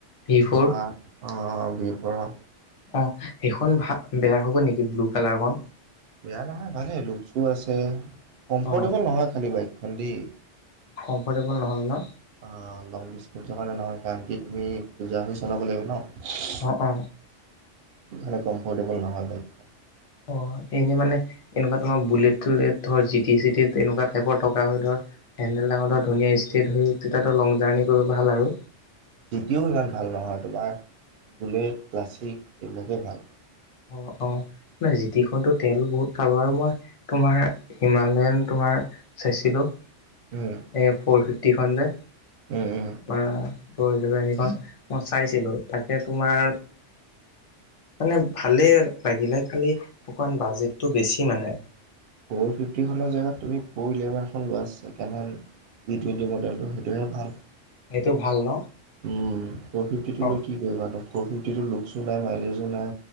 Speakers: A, on the left; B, on the right.
A: ভি ফ'ৰ
B: অ অ বিহ পৰা।
A: অ সেইখন ভা বেয়া হ'ব নেকি ব্লু কালাৰখন?
B: বেয়া নহয় ভালেই লুকচটো আছে, কমফৰ্টেবল
A: অ
B: নহয় খালী বাইকখন দেই।
A: কমফৰ্টেবল নহয় ন?
B: অঁ লং ডিচষ্টেঞ্চৰ কাৰণে নহয় কাৰণ কি তুমি কুজা হৈ চলাব লাগিব ন?
A: অ অ।
B: হেনে কম্ফৰ্টেবল নহয় বাইক।
A: অ এনেই মানে এনেকুৱা তোমাৰ বুলেট চুলেট ধৰ জি টি চিটিত এনেকুৱা টাইপৰ থকা হয় ধ হেণ্ডেল ডাঙৰ ধৰ ধুনীয়া ষ্ট্ৰেট হৈ তেতিয়াতো লং জাৰ্ণি কৰিব ভাল আৰু
B: জিটিও ইমান ভাল নহয় তোমাৰ বুলেট ক্লাছিক এইবিলাকেই ভাল
A: অঁ অঁ ন জিটিখন টো তেল বহুত খাব আৰু মই তোমাৰ হিমালয়ান তোমাৰ চাইছিলো
B: ওম
A: এ ফ'ৰ ফিফটিখন যে
B: উম উম
A: বা গ জা সেইখন মই চাইছিলো তাকে তোমাৰ মানে ভালেই লাগিলে খালি অকমান বাজেটটো বেছি মানে
B: ফ'ৰ ফিফটিখনৰ জেগাত তুমি 'ফৰ হুইলাৰ এখন লোৱাছ second hand G twenty model সেইটোহে ভাল।
A: সেইটো ভাল ন,
B: ওম ফ ফিফটিটো
A: অ
B: লৈ কি কৰিবা ন ফ ফিফটি লুকচো নাই মাইলেজো নাই